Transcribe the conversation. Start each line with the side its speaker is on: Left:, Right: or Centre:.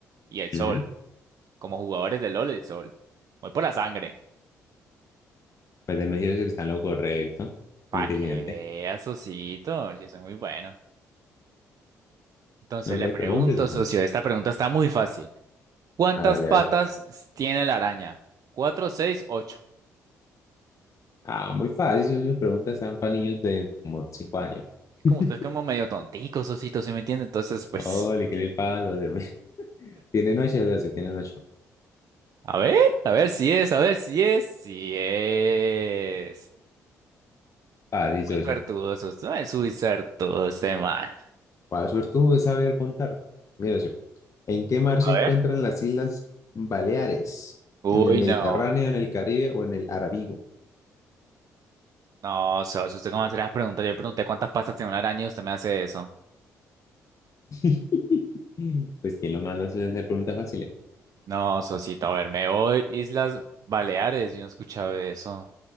Right: Y el sol,
Left: Ujú.
Right: como jugadores de LOL, el sol. Voy por la sangre.
Left: Pues déjeme decirle socio, que está en lo correcto,
Right: Para
Left: muy inteligente.
Right: que vea socito, yo soy muy bueno. Entonces
Left: No
Right: le
Left: te
Right: pregunto,
Left: preguntes, socio.
Right: socio, esta pregunta está muy fácil. ¿Cuántas
Left: Hágale,
Right: patas
Left: a ver.
Right: tiene la araña? ¿Cuatro, seis, ocho?
Left: Ah, muy fácil, Esas sus preguntas están para niños de como 5 años.
Right: Como
Left: <laughs>
Right: usted es como medio tontico, socito, ¿sí me entiende? Entonces, pues,
Left: Ole, ¿qué le pasa, Dios mío? Tienen ocho, <laughs> socio, tienen ocho.
Right: a ver, a ver si es, a ver si es, si es.
Left: Fácil, socio.
Right: Muy suertudosos, no es muy suertudo este man.
Left: ¿Cuál suertudo es saber contar? Mira, socio, ¿en qué mar
Right: A
Left: se encuentran
Right: ver.
Left: las Islas Baleares?
Right: Uy,
Left: ¿En el Mediterráneo,
Right: no,
Left: en el Caribe o en el Arábigo?
Right: no, socio, usted cómo hace las preguntas. Yo le pregunté cuántas pastas tiene una araña y usted me hace eso.
Left: <laughs> Pues, ¿quién lo manda a hacer preguntas fáciles?
Right: No, socito, a ver, me voy Islas Baleares, yo no he escuchado eso.